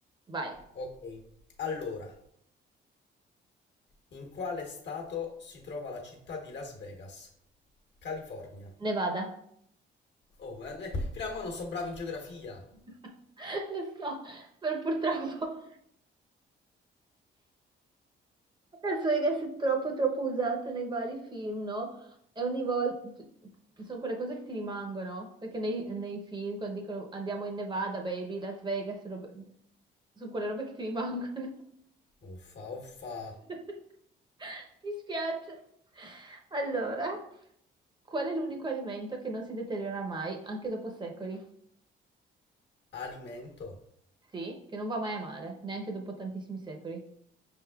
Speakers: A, on the right; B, on the left.
A: Vai,
B: Ok, allora, in quale stato si trova la città di Las Vegas? California.
A: Nevada.
B: Oh, ma- eh, fino a mo' non so bravo in geografia.
A: <laughs> Lo so, per purtroppo. Las Vegas è troppo troppo usato nei vari film, no? E ogni volta sono quelle cose che ti rimangono, perché nei, nei film quando dicono andiamo in Nevada, baby, Las Vegas, robe- sono quelle robe che ti rimangono.
B: Uffa, uffa.
A: <laughs> Mi spiace. Allora, qual è l'unico alimento che non si deteriora mai, anche dopo secoli?
B: Alimento?
A: Sì, che non va mai a male, neanche dopo tantissimi secoli.